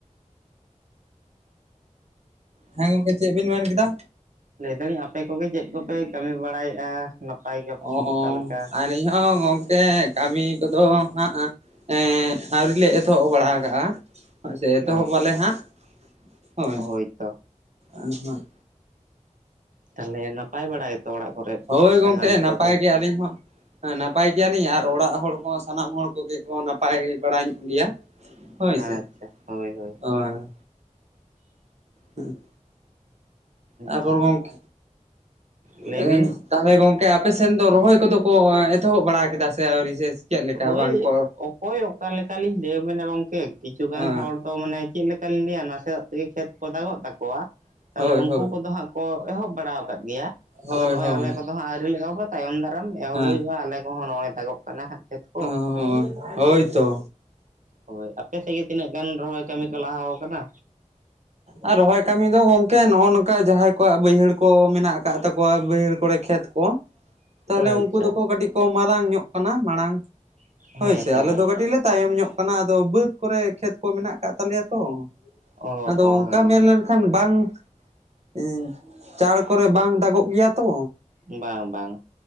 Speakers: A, on the right; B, on the right.
A: ᱦᱮᱸ ᱜᱚᱝᱠᱮ ᱪᱮᱫ ᱵᱤᱱ ᱢᱮᱱᱠᱮᱫᱟ?
B: ᱞᱟᱹᱭᱫᱟᱞᱤᱧ ᱟᱯᱮ ᱠᱚᱜᱮ ᱪᱮᱫ ᱠᱚᱯᱮ ᱠᱟᱹᱢᱤ ᱵᱟᱲᱟᱭᱮᱜᱼᱟ? ᱱᱟᱯᱟᱭ ᱜᱮᱭᱟᱯ
A: ᱚ
B: ᱥᱮ ᱪᱮᱫᱠᱟ ᱞᱮᱠᱟ?
A: ᱟᱹᱞᱤᱧ ᱦᱚᱸ ᱜᱚᱝᱠᱮ ᱠᱟᱹᱢᱤ ᱠᱚᱫᱚ ᱦᱟᱸᱜ ᱮᱸᱜ ᱟᱹᱣᱨᱤ ᱞᱮ ᱮᱛᱚᱦᱚᱵ ᱵᱟᱲᱟ ᱠᱟᱜᱼᱟ᱾ ᱦᱳᱭᱥᱮ ᱮᱛᱚᱦᱚᱵ
B: ᱟᱪᱪᱷᱟ
A: ᱟᱞᱮ ᱦᱟᱸᱜ ᱦᱳᱭ᱾
B: ᱦᱳᱭᱛᱚ
A: ᱟᱫᱚ ᱱᱟᱸᱜ
B: ᱛᱟᱦᱚᱞᱮ ᱱᱟᱯᱟᱭ ᱵᱟᱲᱟ ᱜᱮᱛᱚ ᱚᱲᱟᱜ ᱠᱚᱨᱮ?
A: ᱦᱳᱭ
B: ᱥᱟᱱᱟᱢ
A: ᱜᱚᱝᱠᱮ
B: ᱠᱚᱜᱮ
A: ᱱᱟᱯᱟᱭ ᱜᱮ ᱟᱹᱞᱤᱧ ᱦᱚᱸ᱾ ᱦᱮᱸ ᱱᱟᱯᱟᱭ ᱜᱮᱭᱟᱞᱤᱧ ᱟᱨ ᱚᱲᱟᱜ ᱦᱚᱲ ᱠᱚ ᱥᱟᱱᱟᱢ ᱦᱚᱲ ᱠᱚᱜᱮ ᱠᱚ ᱱᱟᱯᱟᱭ ᱵᱟᱲᱟ ᱧᱚᱜ ᱜᱮᱭᱟ᱾ ᱦᱳᱭ
B: ᱟᱪᱪᱷᱟ
A: ᱥᱮ
B: ᱦᱳᱭ ᱦᱳᱭ
A: ᱚᱭ᱾ ᱦᱮᱸ᱾ ᱟᱵᱚᱨ
B: ᱛᱚ
A: ᱜᱚᱝᱠᱮ <unintelligible>
B: ᱞᱟᱹᱭ ᱵᱤᱱ
A: ᱛᱟᱦᱚᱞᱮ ᱜᱚᱝᱠᱮ ᱟᱯᱮᱥᱮᱱ ᱫᱚ ᱨᱚᱦᱚᱭ ᱠᱚᱫᱚ ᱠᱚ ᱮᱛᱚᱦᱚᱵ ᱵᱟᱲᱟ ᱠᱟᱫᱟ ᱥᱮ ᱟᱹᱣᱨᱤ ᱥᱮ? ᱪᱮᱫ ᱞᱮᱠᱟ
B: ᱦᱳᱭ
A: ᱵᱟᱝ ᱠᱚ
B: ᱚᱠᱚᱭ ᱚᱠᱟ ᱞᱮᱠᱟᱞᱤᱧ ᱞᱟᱹᱭᱟᱵᱮᱱᱟ ᱜᱚᱝᱠᱮ ᱠᱤᱪᱷᱩᱜᱟᱱ
A: ᱦᱮᱸ
B: ᱦᱚᱲ ᱛᱚ ᱢᱟᱱᱮ ᱪᱮᱫ ᱞᱮᱠᱟ ᱞᱤᱧ ᱞᱟᱹᱭᱟ ᱱᱚᱣᱟᱥᱮᱫᱚᱜ ᱛᱮᱜᱮ ᱠᱷᱮᱛ ᱠᱚ ᱫᱟᱜᱚᱜ ᱛᱟᱠᱚᱣᱟ ᱛᱟᱦᱚᱞᱮ
A: ᱦᱳᱭ
B: ᱩᱱᱠᱩ
A: ᱦᱳᱭ
B: ᱠᱚᱫᱚ ᱦᱟᱸᱜ ᱠᱚ ᱮᱦᱚᱵ ᱵᱟᱲᱟ ᱟᱠᱟᱫ ᱜᱮᱭᱟ,
A: ᱦᱳᱭ
B: ᱟᱫᱚ ᱱᱚᱜᱼᱚᱭ
A: ᱦᱳᱭ
B: ᱟᱞᱮ ᱠᱚ ᱦᱟᱸᱜ ᱟᱹᱣᱨᱤ ᱞᱮ ᱮᱦᱚᱵᱟ ᱛᱟᱭᱚᱢ ᱫᱟᱨᱟᱢ ᱮᱦᱚᱵ
A: ᱦᱮᱸ
B: ᱦᱩᱭᱩᱜᱼᱟ ᱟᱞᱮ ᱠᱚᱦᱚᱸ ᱱᱚᱜᱼᱭ ᱫᱟᱜᱚᱜ ᱠᱟᱱᱟ ᱦᱟᱸᱜ ᱠᱷᱮᱛ ᱠᱚ᱾
A: ᱦᱳᱭ ᱦᱳᱭᱛᱚ
B: ᱦᱳᱭ ᱟᱯᱮ ᱥᱮᱫ ᱜᱮ ᱛᱤᱱᱟᱹᱜ ᱜᱟᱱ ᱨᱚᱦᱚᱭ ᱠᱟᱹᱢᱤ ᱠᱚ ᱞᱟᱦᱟᱣ ᱠᱟᱱᱟ?
A: ᱟᱨ ᱨᱚᱦᱚᱭ ᱠᱟᱹᱢᱤ ᱫᱚ ᱜᱚᱝᱠᱮ ᱱᱚᱜᱼᱚ ᱱᱚᱝᱠᱟ ᱡᱟᱦᱟᱸᱭ ᱠᱚᱣᱟᱜ ᱵᱟᱹᱭᱦᱟᱹᱲ ᱠᱚ ᱢᱮᱱᱟᱜ ᱠᱟᱫ ᱛᱟᱠᱚᱣᱟ ᱵᱟᱹᱭᱦᱟᱹᱲ ᱠᱚᱨᱮ ᱠᱷᱮᱛ ᱠᱚ, ᱛᱟᱦᱚᱞᱮ
B: ᱟᱪᱪᱷᱟ
A: ᱩᱱᱠᱩ ᱫᱚᱠᱚ ᱠᱟᱹᱴᱤᱡ ᱠᱚ ᱢᱟᱨᱟᱝ ᱧᱚᱜ ᱠᱟᱱᱟ, ᱢᱟᱲᱟᱝ ᱦᱳᱭᱥᱮ
B: ᱦᱮᱸ ᱛᱚ
A: ᱟᱞᱮ
B: ᱦᱮᱸ
A: ᱫᱚ ᱠᱟᱹᱴᱤᱡ ᱞᱮ ᱛᱟᱭᱚᱢ ᱧᱚᱜ ᱠᱟᱱᱟ ᱟᱫᱚ ᱵᱟᱹᱫ ᱠᱚᱨᱮ ᱠᱷᱮᱛ ᱠᱚ ᱢᱮᱱᱟᱜ ᱠᱟᱜ ᱛᱟᱞᱮᱭᱟ ᱛᱚ,
B: ᱚ
A: ᱟᱫᱚ
B: ᱚ
A: ᱚᱱᱠᱟ
B: ᱦᱮᱸ
A: ᱢᱮᱱ
B: ᱦᱮᱸ
A: ᱞᱮᱱ ᱠᱷᱟᱱ ᱵᱟᱝ ᱮᱸ ᱪᱟᱲ ᱠᱚᱨᱮ ᱵᱟᱝ ᱫᱟᱜᱚᱜ ᱜᱮᱭᱟ ᱛᱚ᱾
B: ᱵᱟᱝ ᱵᱟᱝ᱾